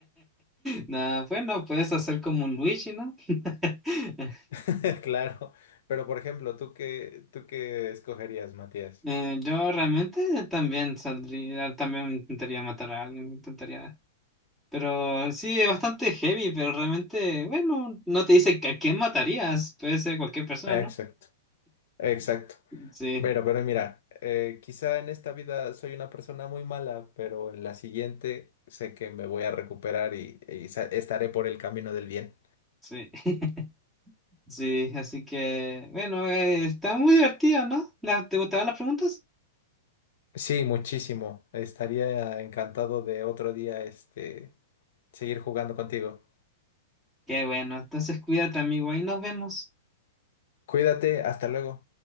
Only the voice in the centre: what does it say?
Nah, bueno, puedes hacer como un Luigi, ¿no? <laughs>
Eh, yo realmente también saldría, también intentaría matar a alguien, intentaría. Pero sí, es bastante heavy, pero realmente, bueno, no te dice que a quién matarías. Puede ser cualquier persona,
¿no?
Sí,
sí, <laughs> sí. Así que, bueno, eh, está muy divertido, ¿no? La- ¿te gustaban las preguntas?
Qué bueno, entonces cuídate, amigo, ahí nos vemos.